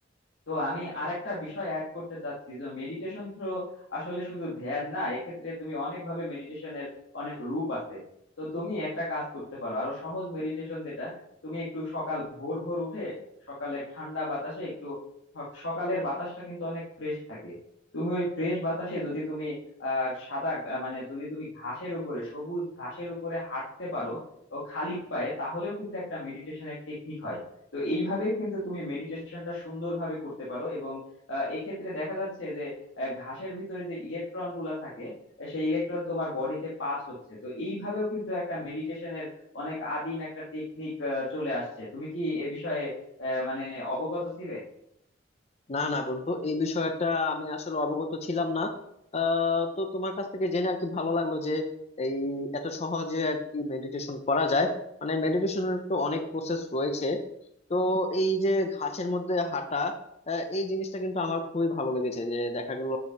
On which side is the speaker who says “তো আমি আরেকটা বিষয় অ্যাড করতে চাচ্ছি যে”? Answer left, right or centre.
Left